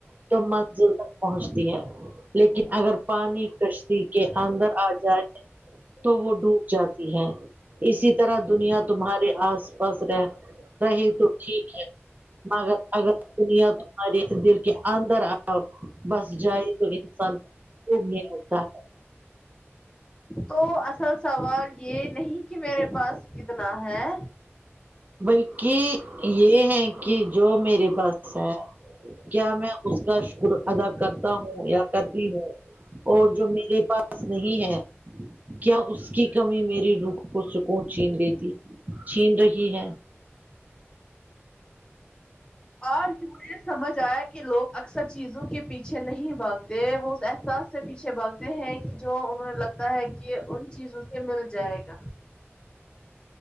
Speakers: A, on the right; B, on the left.
A: تو منزل تک پہنچتی ہے لیکن اگر پانی کشتی کے اندر آ جائے تو وہ ڈوب جاتی ہے اسی طرح دنیا تمہارے آس پاس رہ رہے تو ٹھیک ہے مگر اگر دنیا ہمارے دل کے اندر آؤ بس جائے تو انسان خوب نہیں <unintelligible> آتا ہے
B: تو اصل سوال یہ نہیں کہ میرے پاس کتنا ہے
A: بلکہ یہ ہے کہ جو میرے پاس ہے کیا میں اس کا شکر ادا کرتا ہوں یا کرتی ہوں اور جو میرے پاس نہیں ہے کیا اس کی کمی میری روخ کو سکون چھین لیتی چھین رہی ہے
B: آج مجھے سمجھ آئے کہ لوگ اکثر چیزوں کے پیچھے نہیں بھاگتے وہ احساس سے پیچھے بھاگتے ہیں کہ جو انہیں لگتا ہے کہ ان چیزوں سے مل جائے گا